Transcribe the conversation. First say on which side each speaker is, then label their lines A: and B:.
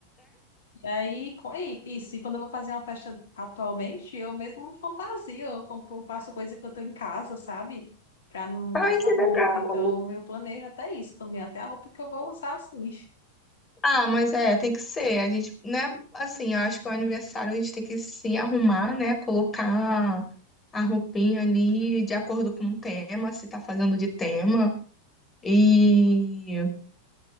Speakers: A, on the left (about 60°); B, on the left (about 20°).
A: E aí, co- e isso, e quando eu vou fazer uma festa atualmente, eu mesmo me fantasio, eu compro, faço coisa que eu tenho em casa, sabe? Pra não gastar
B: Ai, que
A: muito.
B: legal.
A: Então, eu planejo até isso também, até a roupa que eu vou usar, assim.
B: Ah, mas é, tem que ser. A gente, né? Assim, eu acho que o aniversário a gente tem que se arrumar, né? Colocar a roupinha ali de acordo com o tema, se tá fazendo de tema, e,